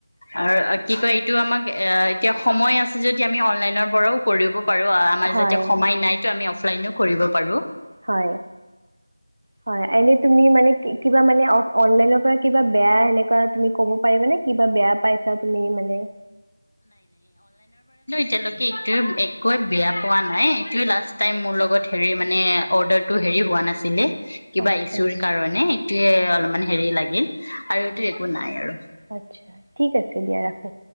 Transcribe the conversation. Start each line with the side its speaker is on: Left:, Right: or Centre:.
Left: আৰ কি কয় এইটো আমাক এ এতিয়া সময় আছে যদি আমি অনলাইনৰ পৰাও কৰিব। পাৰো। আমাৰ
Right: হয়
Left: যাতে সমায় নাইতো আমি অফলাইনও কৰিব পাৰো।
Right: হয়! হয়! এলিদ। তুমি মানে, কিবা মানে অফ অনলাইনৰ পৰা কিবা বেয়া সেনেকুৱা তুমি ক'ব। পাৰিবা নে? কিবা বেয়া পাইছা তুমি মানে।
Left: এতিলোকে এইটোৱ একোৱে বেয়া পোৱা নাই। এইোৱ লাষ্ট টাইম মোৰ লগত হেৰি মানে অৰ্ডাৰটো হেৰি হোৱা নাছিলে। কিবা
Right: আচ্ছা
Left: ইছ্যুৰ কাৰণে। টোয়ে অলপমান হেৰি লাগিল আৰু এইটো একো নাই আৰু।
Right: আচ্ছা ঠিক আছে দিয়া ৰাখো